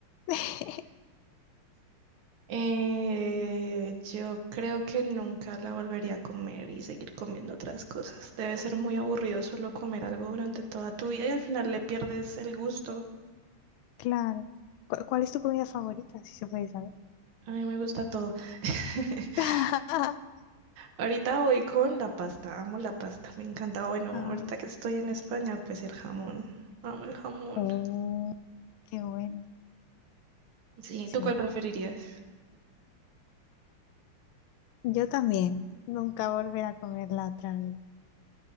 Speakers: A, on the left (about 75°); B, on the right (about 70°).
A: <laughs>
B: Eh, yo creo que nunca la volvería a comer y seguir comiendo otras cosas. Debe ser muy aburrido solo comer algo durante toda tu vida y al final le pierdes el gusto.
A: Claro. ¿Cu- ¿Cuál es tu comida favorita? Si se puede saber.
B: A mí me gusta todo. <laughs>
A: <laughs>
B: Ahorita voy con la pasta. Amo la pasta. Me encanta. Bueno,
A: Ah,
B: ahorita que estoy en España, pues el jamón. Amo el jamón.
A: oh, qué bueno.
B: Sí,
A: Sí.
B: ¿tú cuál preferirías?
A: Yo también. Nunca volver a comerla otra vez.